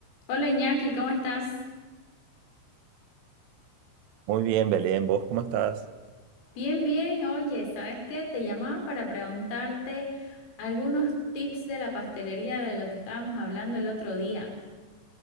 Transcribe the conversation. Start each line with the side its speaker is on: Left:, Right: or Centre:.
Left: Hola Iñaki, ¿cómo estás?
Right: Muy bien, Belén, ¿vos cómo estás?
Left: Bien, bien. Oye, ¿sabes qué? Te llamaba para preguntarte algunos tips de la pastelería de lo que estábamos hablando el otro día.